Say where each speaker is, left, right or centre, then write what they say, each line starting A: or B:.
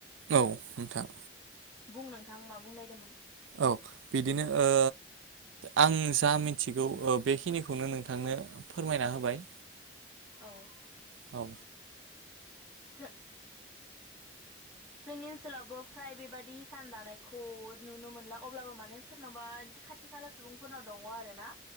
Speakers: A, on the right; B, in the centre.
A: औ नोंथां
B: बुं नोंथां मा बुंनायदोंमोन
A: औ बिदिनो ओ आं जा मिथिगौ ओ बेखिनिखौनो नोंथांनो फोरमायना होबाय
B: औ
A: औ
B: सो जोंनि ओनसोलावबो फ्राय बेबायदि हिसान दानायखौ नुनो मोनला अब्लाबो माने सोरनावबा खाथि खाला सुबुंफोरनाव दङ आरोना